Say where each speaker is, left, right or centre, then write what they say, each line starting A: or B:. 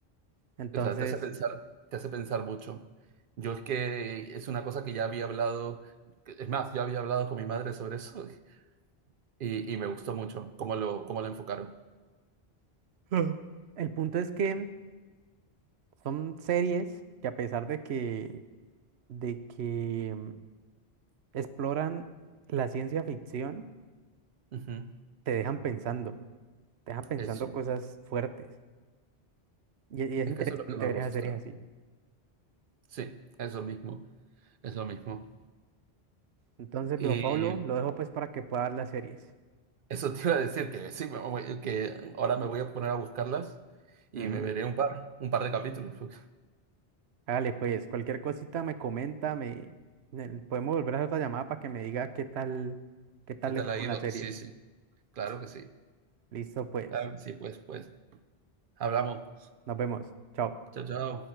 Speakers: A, on the right (about 80°); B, on the right (about 60°).
A: Entonces,
B: O sea, te hace pensar, te hace pensar mucho. Yo es que es una cosa que ya había hablado, es más, yo había hablado con mi madre sobre eso <laughs> y, y me gustó mucho cómo lo, cómo lo enfocaron.
A: <gasps> Ah. el punto es que son series que a pesar de que, de que mm, exploran la ciencia ficción,
B: Ujú.
A: te dejan pensando, te dejan pensando
B: Eso,
A: cosas fuertes. Y, y es
B: es
A: interesante
B: que eso es lo que más
A: ver
B: gusta.
A: esas series así.
B: Sí, eso mismo, eso mismo.
A: Entonces,
B: Y
A: veo Pablo, lo dejo pues para que pueda ver las series.
B: eso te iba a decir que sí, me voy- que ahora me voy a poner a buscarlas y
A: Ujú.
B: me veré un par, un par de capítulos. <laughs> pues.
A: Hágale pues, cualquier cosita me comenta, me, me- podemos volver a hacer otra llamada para que me diga qué tal, qué tal
B: ¿Qué tal
A: le fue
B: ha
A: con
B: ido?
A: las series.
B: Sí, sí, claro que sí.
A: Listo pues,
B: Claro que sí, pues, pues. Hablamos.
A: nos vemos, chao.
B: Chao, chao.